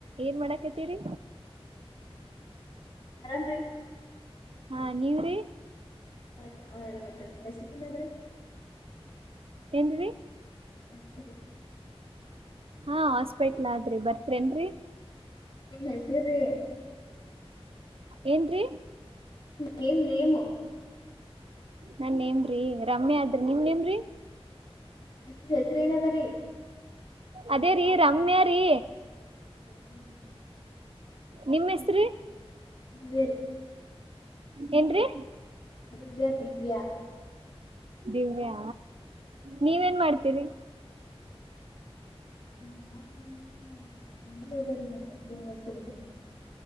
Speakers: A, on the right (about 65°); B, on the left (about 50°).
A: ಏನ್ ಮಾಡಾಕತೀರಿ
B: ಆರಾಮ್ರೀ
A: ಹಾ ನೀವ್ರೀ
B: ಹ ನಾವ್ ಆರಂ <unintelligible>
A: ಏನ್ರೀ
B: <unintelligible>
A: ಹಾ ಹಾಸ್ಪೆಟ್ಲ್ ಆದ್ರಿ ಬರ್ತಿರೆನ್ರೀ
B: ನಿಮ್ ಹೆಸರಿ
A: ಏನ್ರೀ
B: ನೇಮ್ ನೇಮು
A: ನನ್ ನೇಮ್ರೀ ರಮ್ಯಾ ಆದ್ರಿ ನಿಮ್ ನೆಮ್ರೀ
B: ಹೆಸ್ರ್ ಹೆಸ್ರೆನದರಿ.
A: ಅದೇ ರೀ ರಮ್ಯಾ ರೀ.
B: ರಮ್ಯಾ ನಾ
A: ನಿಮ್ಮ ಹೆಸ್ರಿ
B: ಬೇರೆ
A: ಏನ್ರಿ
B: ದಿವ್ಯಾ ದಿವ್ಯಾ
A: ದಿವ್ಯಾ ನೀವೇನ್
B: ಹ್ಮ್.
A: ಮಾಡ್ತೀರಿ.
B: ನಾನು ಅಂಗಡಿಯ ಬರೀ ನಮ ಬಂದ ಕೊಡ್ತಿನ್ ರೀ.